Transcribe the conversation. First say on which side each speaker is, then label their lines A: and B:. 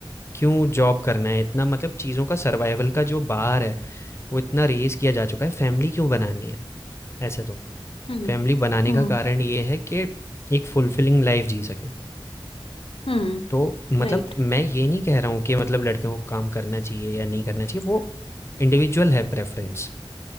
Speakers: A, on the left (about 30°); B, on the left (about 80°).
A: क्यों जॉब करना है इतना मतलब चीज़ों का सर्वाइवल का जो बार है, वो इतना रेज़ किया जा चुका है, फैमिली क्यों बनानी है? ऐसे तो,
B: हम्म
A: फैमिली बनाने
B: हम्म
A: का कारण ये है कि एक फुलफिलिंग लाइफ़ जी सकें।
B: हम्म
A: तो मतलब
B: राइट
A: मैं ये नहीं कह रहा हूँ कि मतलब लड़कियों को काम करना चाहिए या नहीं करना चाहिए, वो इंडिविजुअल है प्रेफ़रेंस।